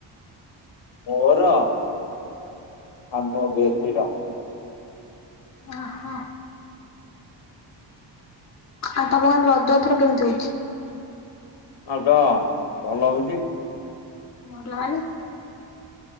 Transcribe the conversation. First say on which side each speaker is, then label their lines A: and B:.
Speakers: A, on the left; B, on the left.
A: ମୋର ଆମ ବେବୀ ର।
B: ଓ ହ। ଆଉ ତମ ଗାଁରେ ରଜ ଏଥର କେମିତି ହଉଚି।
A: ଆଉ ତ ଭଲ ହଉଚି।
B: ଭଲ ମାନେ।